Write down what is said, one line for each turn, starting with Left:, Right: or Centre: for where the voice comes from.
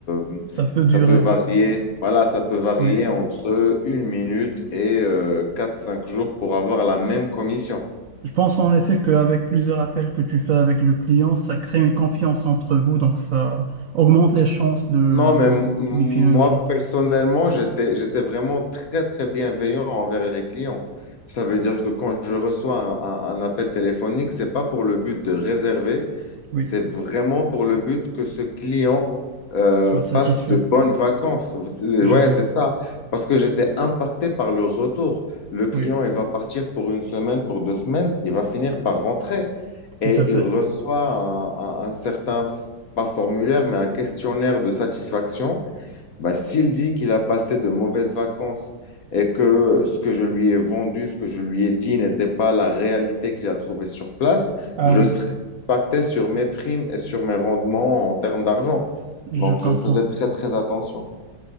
Left: euh,
Right: ça peut
Left: ça
Right: durer.
Left: peut varier. Voilà, ça peut varier
Right: Oui.
Left: entre une minute et euh, quatre cinq jours pour avoir la même commission.
Right: Je pense en effet qu'avec plusieurs appels que tu fais avec le client, ça crée une confiance entre vous, donc ça augmente les chances de
Left: Non, mais m- moi,
Right: lui filer une vente.
Left: personnellement, j'étais, j'étais vraiment très, très bienveillant envers les clients. Ça veut dire que quand je reçois un, un- un appel téléphonique, c'est pas pour le but de réserver,
Right: Oui,
Left: c'est vraiment pour le but que ce client euh,
Right: sois satisfait,
Left: passe de bonnes vacances. Vous- c'est-
Right: je
Left: Ouais,
Right: vois.
Left: c'est ça. Parce que j'étais impacté par le retour. Le client,
Right: Oui,
Left: il va partir pour une semaine, pour deux semaines, il va finir par rentrer
Right: tout
Left: et
Right: à fait.
Left: il reçoit un, un- un certain pas formulaire, mais un questionnaire de satisfaction, bah, s'il dit qu'il a passé de mauvaises vacances et que ce que je lui ai vendu, ce que je lui ai dit n'était pas la réalité qu'il a trouvée sur place,
Right: Ah
Left: je
Right: oui,
Left: serais impacté sur mes primes et sur mes rendements en termes d'argent.
Right: je
Left: Donc,
Right: comprends.
Left: je faisais très, très attention.